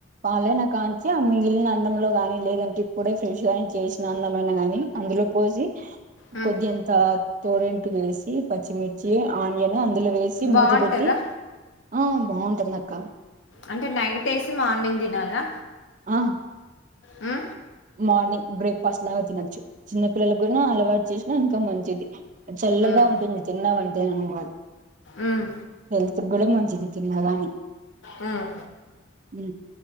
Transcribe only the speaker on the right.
పాలైన కాంచి ఆ మిగిలిన అన్నంలో గానీ లేదంటే ఇప్పుడే ఫ్రెష్ గాని చేసిన అన్నం అయినా గాని అందులో పోసి
కొద్దంతా తోరంటు వేసి పచ్చిమిర్చి ఆనియన్ అందులో వేసి
మూత పెట్టి ఆ బాగుంటుంది అక్క
ఆ
మార్నింగ్ బ్రేక్ ఫాస్ట్ లాగా తినొచ్చు చిన్న పిల్లలు కూడా అలవాటు చేసినా ఇంకా మంచిది చల్లగా
ఉంటుంది తిన్నవంటే అను కాదు
హల్త్ కూడా మంచిది తిన్నగానీ
ఊ